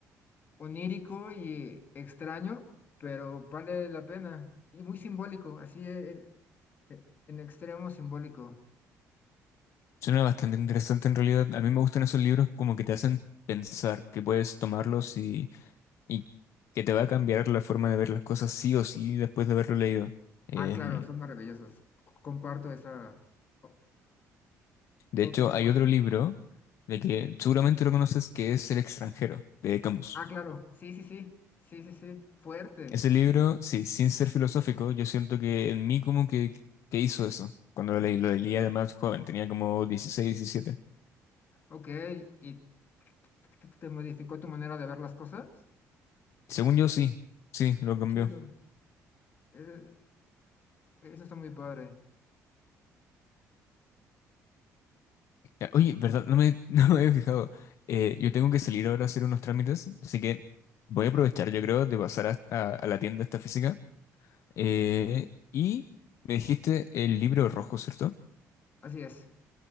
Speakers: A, on the left (about 35°); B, on the left (about 55°).
A: onírico y extraño, pero vale la pena. Y muy simbólico, así eh, eh, en, extremo simbólico.
B: Suena bastante interesante en realidad. A mí me gustan esos libros como que te hacen pensar, que puedes tomarlos y, y que te va a cambiar la forma de ver las cosas sí o sí después de haberlo leído. Em,
A: Ah, claro, son maravillosos. Comparto esa o-
B: de
A: opinión
B: hecho, hay
A: contigo.
B: otro libro
A: Gracias.
B: de que seguramente lo conoces que es El extranjero, de Camus.
A: Ah, claro, sí, sí, sí, sí, sí, sí, fuerte.
B: Ese libro, sí, sin ser filosófico, yo siento que en mí como que, que hizo eso. Cuando lo leí, lo leí además joven, tenía como 16, 17.
A: Ok, ¿y te te modificó tu manera de ver las cosas?
B: Según yo, sí, sí, lo
A: Qué
B: cambió.
A: chido. eh, eso está muy padre.
B: Ya, Oye, ¿verdad? No me, <laughs> no me había fijado. Eh, yo tengo que salir ahora a hacer unos trámites, así que voy a aprovechar, yo creo, de pasar a, a- a la tienda esta física. Eh, y me dijiste el libro rojo, ¿cierto?
A: Así es,